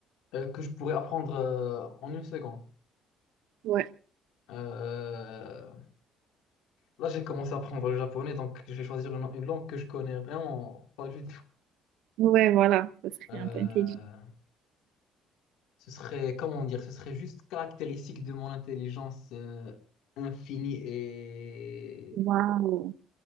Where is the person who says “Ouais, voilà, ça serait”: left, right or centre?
Right